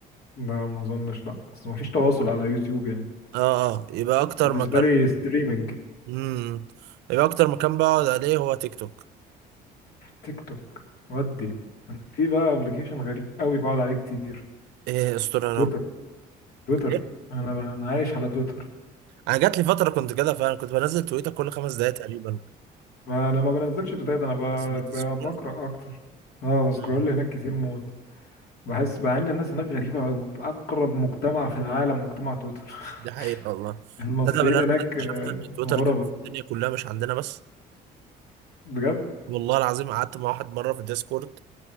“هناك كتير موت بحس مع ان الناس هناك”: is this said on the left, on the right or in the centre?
Left